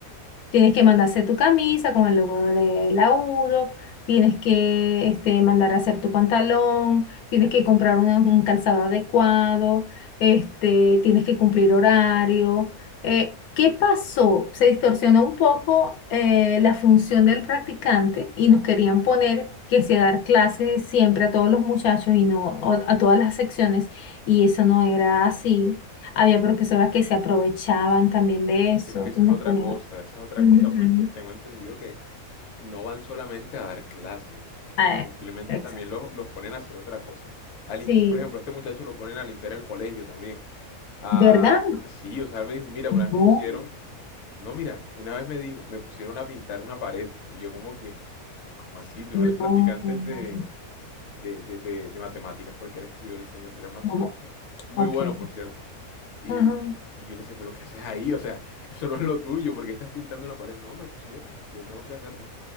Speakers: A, on the left; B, on the left.
A: Tienes que mandar a hacer tu camisa con el logo de laudo, tienes que este, mandar a hacer tu pantalón, tienes que comprar un, un calzado adecuado, este, tienes que cumplir horario. Eh, ¿qué pasó? Se distorsionó un poco eh, la función del practicante y nos querían poner que sea dar clases siempre a todos los muchachos y no o- a todas las secciones, y eso no era así. Había profesoras que se aprovechaban también de eso
B: Es que esa
A: y nos
B: es otra
A: ponían
B: cosa, esa es otra
A: Ujú.
B: cosa, porque tengo entendido que no van solamente a dar clases,
A: Ah,
B: simplemente
A: exacto.
B: también los, los ponen a hacer otra cosa. A limpi-
A: Sí,
B: por ejemplo, a este muchacho lo ponen a limpiar el colegio también. Ah,
A: ¿verdad?
B: ah, sí, o sea, él me dijo, mira, una vez me
A: No,
B: pusieron, no, mira, una vez me dijo, me pusieron a pintar una pared y yo como que, ¿cómo así? Tú
A: no,
B: no eres practicante
A: no,
B: de, de, de, de, de matemáticas porque él estudió licenciatura en matemáticas.
A: no.
B: Muy
A: Ok.
B: bueno, por cierto. Y,
A: Ajá.
B: y yo le decía, pero ¿qué haces ahí? O sea, eso no es lo tuyo, porque estás pintando una pared? No, me pusieron, yo tengo que hacerlo.